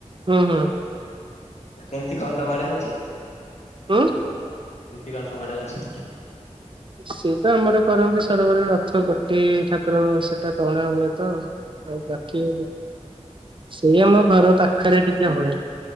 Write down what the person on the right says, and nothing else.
ହୁଁ ହୁଁ।
ଉଁ?
ସେଟ ଆମର କରନ୍ତି ସରବର ରଥ ଗୋଟିଏ ଠାକୁର ସେଟା ତଳା ହୁଏ ତ। ଆଉ ବାକି ସେଇ ଆମ ଘର ପାଖରେ ଟିକେ ହୁଏ।